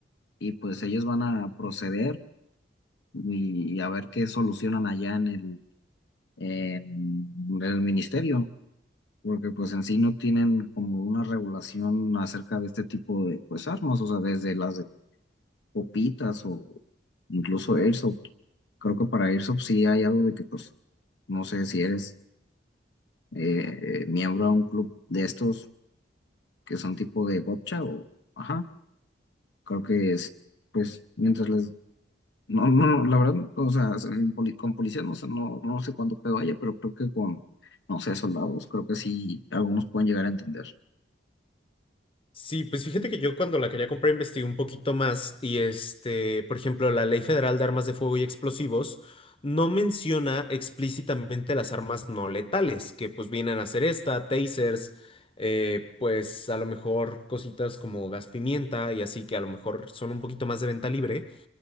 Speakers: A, on the left (about 70°); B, on the left (about 30°).
A: y pues ellos van a proceder y, a ver qué solucionan allá en el, en el ministerio. porque pues en sí no tienen como una regulación acerca de este tipo de pues armas, o sea, desde las de copitas o incluso Airsoft. Creo que para Airsoft sí hay algo de que pues no sé si eres eh, eh, miembro de un club de estos que son tipo de gotcha o ajá, creo que es pues mientras les no, no, la verdad, o sea, en poli- con policía no sé, no, no sé cuánto pedo haya, pero creo que con, no sé, soldados, creo que sí, algunos pueden llegar a entender.
B: Sí, pues fíjate que yo cuando la quería comprar investigué un poquito más y este, por ejemplo, la Ley Federal de Armas de Fuego y Explosivos no menciona explícitamente las armas no letales, que pues vienen a ser esta, tasers, eh, pues a lo mejor cositas como gas pimienta y así que a lo mejor son un poquito más de venta libre.